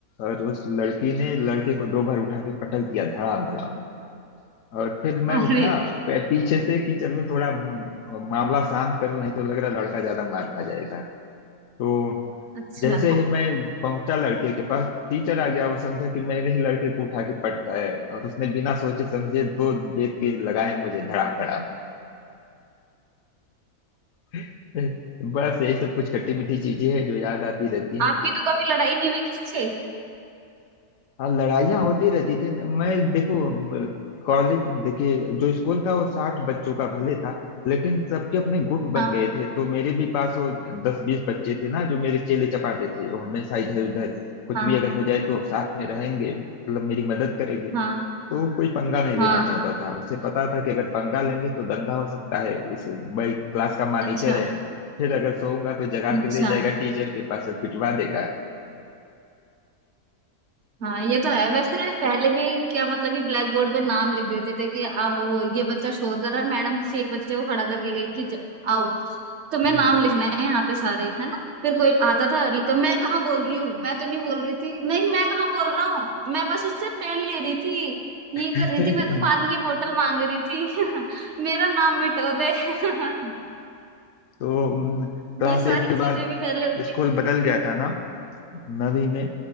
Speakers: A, on the left; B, on the right.
A: और उस लड़की ने लड़के को दो बार उठा के पटक दिया धड़ाम धड़ाम और फिर मैं
B: अरे
A: उठा पै- पीछे से कि चलूं थोड़ा म, मामला शांत करूं नहीं तो लग रहा लड़का ज्यादा मार खा जाएगा तो
B: अच्छा
A: जैसे ही मैं पहुंचा लड़के के पास टीचर आ गया और समझा कि मैंने ही लड़के को उठा के पटका है और उसने बिना सोचे समझे दो बेत के लगाए मुझे धड़ाम धड़ाम <laughs> बस यही सब कुछ खट्टी मीठी चीजें हैं जो याद आती रहती हैं
B: आपकी तो कभी लड़ाई नहीं हुई किसी से
A: हाँ लड़ाइयाँ होती रहती थी मैं देखो म, कॉलेज देखिए जो स्कूल था वो साठ बच्चों का भले था लेकिन सबके अपने गुट बन
B: हाँ
A: गए थे तो मेरे भी पास वो दस बीस बच्चे थे ना जो मेरे चेले चपाटे थे वो हमेशा इधर उधर कुछ
B: हाँ
A: भी अगर हो जाए तो साथ में रहेंगे मतलब मेरी मदद करेंगे
B: हाँ
A: तो वो कोई पंगा नहीं लेना
B: हाँ
A: चाहता था उसे पता था कि अगर पंगा लेंगे तो दंगा हो सकता है इस भाई क्लास का मॉनिटर
B: अच्छा
A: है फिर अगर सोऊंगा तो जगा
B: अच्छा
A: के ले जाएगा टीचर के पास और पिटवा देगा
B: हाँ ये तो है वैसे पहले भी क्या मतलब कि ब्लैक बोर्ड पे नाम लिख देते थे कि अब वो ये बच्चा शोर कर रहा है मैडम किसी एक बच्चे को खड़ा करके गई कि ज- आओ तुम्हें
A: हम्म
B: नाम लिखना है यहाँ पे सारे है ना फिर कोई आता था लिखता मैं कहाँ बोल रही हूँ मैं तो नहीं बोल रही थी नहीं मैं कहाँ बोल रहा हूँ मैं बस इससे पेन ले रही थी ये
A: <laughs>
B: कर रही थी मैं तो पानी की बोतल मांग रही थी <laughs> मेरा नाम मिटो दे <laughs>
A: तो क्लास
B: ये सारी
A: एट के बाद
B: चीजें भी पहले होती
A: स्कूल बदल गया था ना नवी में